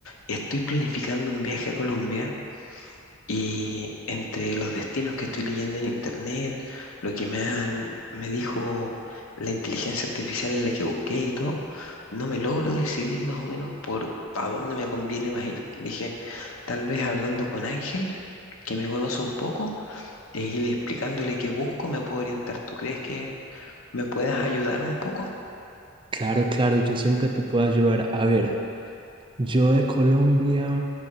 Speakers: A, on the left; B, on the right.
A: estoy planificando un viaje a Colombia y entre los destinos que estoy leyendo en internet, lo que me han, me dijo la inteligencia artificial en la que busqué y todo, no me logro decidir más o menos por a dónde me conviene más ir. Dije, tal vez hablando con Ángel, que me conoce un poco e ir explicándole qué busco, me puedo orientar. ¿Tú crees que me puedas ayudar un poco?
B: Claro, claro, yo siempre te puedo ayudar. A ver, yo de Colombia,